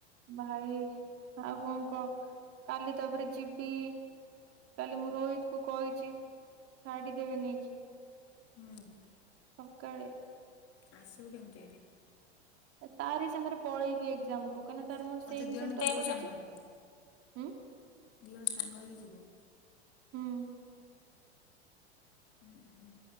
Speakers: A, on the right (about 45°); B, on the left (about 45°).
A: ଭାଇ ଆଉ କଣ କ? କାଲି ତାପରେ ଯିବି କାଲି ମୁଁ ରୋହିତକୁ କହିଚି। ଛାଡ଼ିଦବେ ନେଇକି।
B: ହୁଁ!
A: ସକାଳେ।
B: ଆସିବୁ କେମ୍ତି?
A: ଏ ତାରି ସାଙ୍ଗରେ ପଳେଇବି ଏକ୍ଜାମ୍କୁ କାହିଁନା ତାର
B: ଆଚ୍ଛା
A: ମୋର ସେମ୍
B: ଦି
A: ସେଣ୍ଟର
B: ଜଣ ଯିବ
A: ପଡ଼ିଚି।
B: ସାଙ୍ଗ ହେଇକି
A: ହୁଁ?
B: ଦି ଜଣ ସାଙ୍ଗ ହେଇକି ଯିବ।
A: ହୁଁ।
B: ହୁଁ ହୁଁ।